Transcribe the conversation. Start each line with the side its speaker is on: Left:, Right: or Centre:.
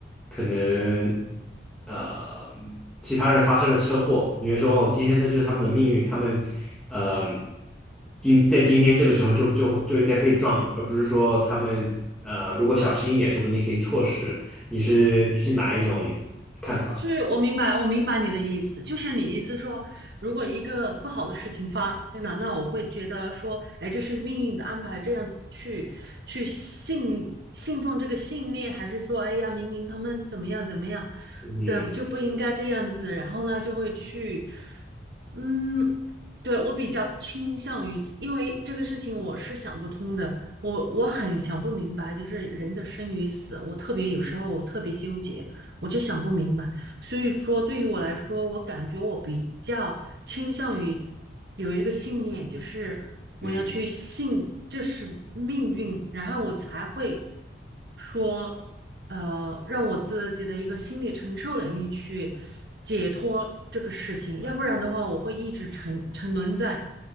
Centre: 可能呃其他人发生了车祸，你会说哦，今天那就是他们的命运，他们呃今在今天这个时候就就就应该被撞，而不是说他们呃如果小心一点，说不定可以错失。你是你是哪一种看法？
Right: 就是我明白，我明白你的意思，就是你意思说，如果一个不好的事情发生了，那我会觉得说，哎，这是命运的安排，这样去去信信奉这个信念，还是说，哎呀，明明他们怎么样怎么样
Centre: 嗯
Right: 的，就不应该这样子，然后呢，就会去，嗯，对，我比较倾向于，因为这个事情我是想不通的，我我很想不明白，就是人的生与死，我特别有时候我特别纠结，我就想不明白。所以说，对于我来说，我感觉我比较倾向于有一个信念，就是我要去信这是命运，
Centre: 嗯。
Right: 然后我才会说，呃，让我自己的一个心理承受能力去解脱这个事情，要不然的话，我会一直沉沉沦在